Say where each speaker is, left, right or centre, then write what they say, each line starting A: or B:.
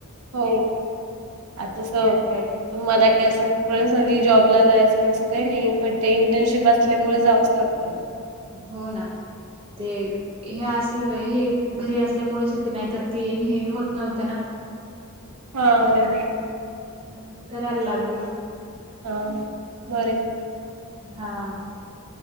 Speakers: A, on the right (about 80°); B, on the right (about 25°).
A: हो आतास
B: काय तर
A: मला काय असं ध जॉबला जायच तस काही नाहीे ते इंटर्नशिप असल्यामुळे जावच लागत.
B: हो ना ते हे असले हे घरी असल्यामुळेच होते नाहीत तर तेन हे होत नव्हत ना.
A: हा बरोबर
B: म्हणून करायला लागली.
A: हां बरय
B: हां